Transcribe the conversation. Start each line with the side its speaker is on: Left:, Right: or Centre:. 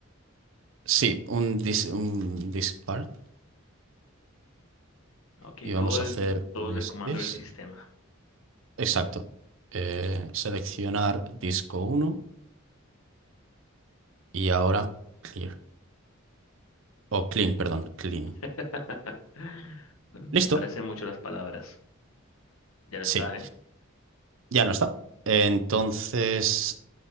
Right: sí, un, dis, un dispart
Left: Ok,
Right: y
Left: todo,
Right: vamos
Left: el-
Right: a hacer
Left: todo
Right: list
Left: es del comando
Right: disk.
Left: del sistema.
Right: Exacto. Eh, seleccionar disco uno y ahora clear. O clean, perdón, clean.
Left: <laughs> Bueno,
Right: Listo.
Left: se parecen mucho las palabras. Ya no
Right: Sí,
Left: está, ¿eh?
Right: ya no está. Entonces,